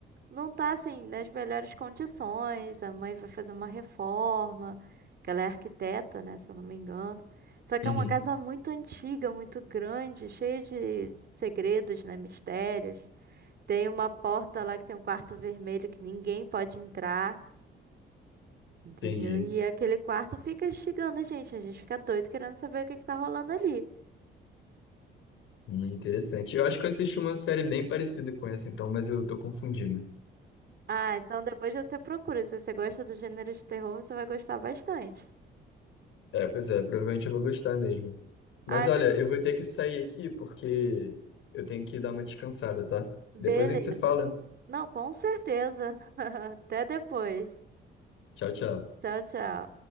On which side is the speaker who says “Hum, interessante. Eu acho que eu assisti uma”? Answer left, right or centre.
Left